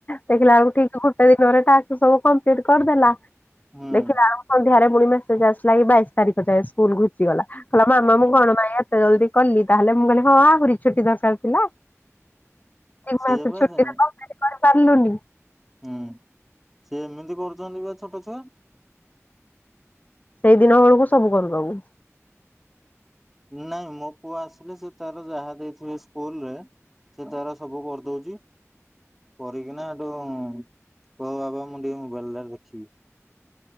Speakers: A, on the left (about 30°); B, in the centre.
A: ଦେଖିଲା ବେଳକୁ ଠିକ ଗୋଟେ ଦିନରେ ତାକୁ ସବୁ କମ୍ପ୍ଲିଟ କରିଦେଲା
B: ହୁଁ।
A: ଦେଖିଲା ବେଳକୁ ସନ୍ଧ୍ୟାରେ ପୁଣି ମେସେଜ ଆସିଲା କି ବାଇଶି ତାରିଖ ଯାଏଁ ସ୍କୁଲ ଘୁଞ୍ଚି ଗଲା କହିଲା ମା
B: ହୁଁ
A: କଣ ବା ଏତେ ଜଲଦି କଲି ତାହେଲେ ମୁଁ କହିଲି ହଁ ଆହୁରି ଛୁଟି ଦରକାର ଥିଲା। ଏ
B: ସିଏ
A: ମାସ
B: ବା
A: ଛୁଟିରେ
B: ସେ-
A: କମ୍ଲିଟ୍ କରିସାରିଲୁଣି।
B: ହୁଁ ସେ ଏମିତି କରୁଛନ୍ତି ବା ଛୋଟ ଛୁଆ।
A: ସେଇ ଦିନ ବେଳକୁ ସବୁ କରିଦବୁ।
B: ନାଇଁ ମୋ ପୁଅ ଆସିଲେ ସେ ତାର ଯାହା ଦେଇଥିବେ ସ୍କୁଲ ରେ। ସେ ତାର ସବୁ କରିଦଉଛି। କରିକିନା ଏଠୁ କହିବ ବାବା ମୁଁ ଟିକେ ମୋବାଇଲଟା ଦେଖିବି।